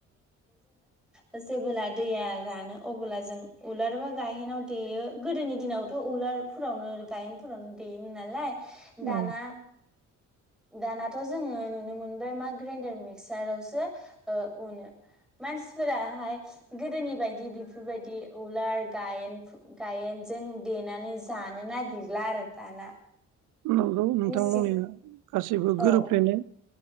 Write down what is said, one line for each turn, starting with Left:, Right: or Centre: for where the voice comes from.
Centre: ओ जेबोला दैया रानो अबोला जों उलारबा गाहेनाव देयो गोदोनि दिनाव थ' उलारफोरावनो गायेनफोरावनो देयोमोन नालाय दाना
Right: औ
Centre: दानाथ' जोङो नुनो मोनबाय मा ग्राइन्डार मिक्सारावसो ओ उनो मानसिफोरा हाय गोदोनि बायदि बिफोरबायदि उलार गायेन गायेजों देनानै जानो नागिरला आरो दाना
Right: नंगौ नोंथां
Centre: मेचिन
Right: <unintelligible> गासैबो
Centre: औ
Right: गोरोबफ्लेनाय